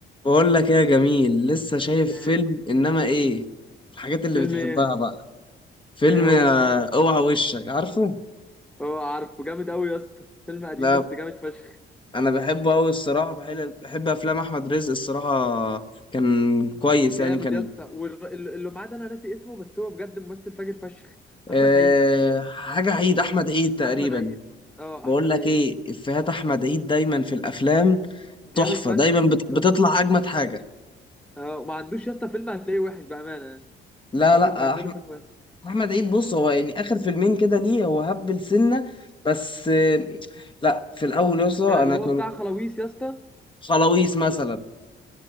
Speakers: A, on the left (about 25°); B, in the centre.
A: بقول لك ايه يا جميل لسه شايف
B: ايه
A: فيلم انما ايه الحاجات اللي
B: فيلم
A: بتحبها
B: ايه
A: بقى فيلم
B: ايه هو
A: آه، اوعى وشك عارفه
B: هو عارفه جامد قوي يا اسطى فيلم قديم
A: لا
B: بس جامد فشخ
A: انا بحبه قوي الصراحه بحب بحب افلام احمد رزق الصراحه كان كويس
B: جامد
A: يعني كان
B: يا اسطى والر- اللي اللي معاه ده انا ناسي اسمه بس هو بجد ممثل فاجر فشخ احمد
A: أه
B: عيد
A: حاجه عيد احمد عيد تقريبا
B: احمد عيد اه
A: بقول
B: احمد
A: لك
B: عيد
A: ايه افيهات احمد عيد دايما في الافلام
B: جامد
A: تحفه
B: فشخ
A: دايما
B: يا اسطى
A: بت- بتطلع اجمد حاجه
B: اه وما عندوش يا اسطى فيلم هتلاقيه وحش بامانه
A: لا
B: عمرك
A: لا
B: ما هتلاقي
A: آه، احمد
B: له فيلم وحش
A: احمد عيد بص هو يعني اخر فيلمين كده ليه هو هبل سنه بس آه، لا في الاول يسطا
B: كان اللي
A: انا
B: هو
A: كان
B: بتاع خلاويص يا اسطى
A: خلاويص مثلا